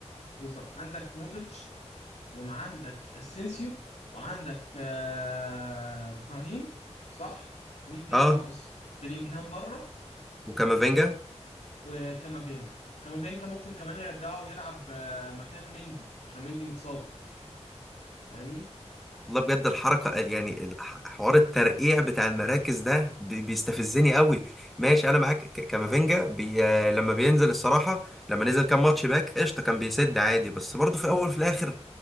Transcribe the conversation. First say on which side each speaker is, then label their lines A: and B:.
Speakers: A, on the left; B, in the centre.
A: بالظبط عندك مودريتش وعندك اسينسيو وعندك آه، إبراهيم صح ومين تاني
B: اه
A: ناقص بيلينجهام بره
B: وكامافينجا
A: وكامافينجا كامافينجا ممكن كمان يرجعه ويلعب آه، مكان مندي عشان مندي متصاب فاهمني
B: والله بجد الحركة يعني الح- حوار الترقيع بتاع المراكز ده بي- بيستفزني قوي ماشي انا معاك ك- كامافينجا بي آه، لما بينزل الصراحة لما نزل كام ماتش باك قشطة كان بيسد عادي بس برضه في الاول وفي الاخر